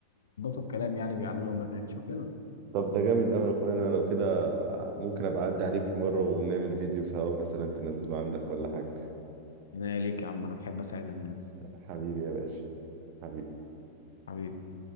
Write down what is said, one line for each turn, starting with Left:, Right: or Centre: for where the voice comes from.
Left: الكلام يعني بيعلوا لهم الريتش وكده
Right: طب ده جامد قوي يا اخويا انا لو كده ممكن ابقى اعدي عليك في مره ونعمل فيديو سوا مثلا تنزله عندك ولا حاجه
Left: هنا ليك يا عم انا بحب اساعد الناس
Right: حبيبي يا باشا حبيبي
Left: حبيبي